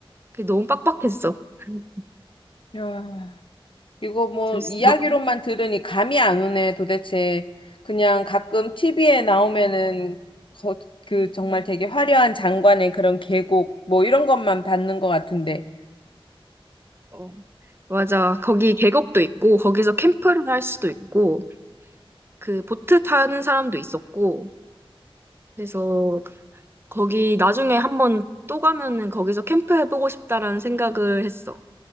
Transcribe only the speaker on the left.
야. 이거 뭐
이야기로만
들으니 감이 안 오네, 도대체. 그냥 가끔 티비에 나오면은 거, 그 정말 되게 화려한 장관의 그런 계곡 뭐 이런 것만 받는 것 같은데.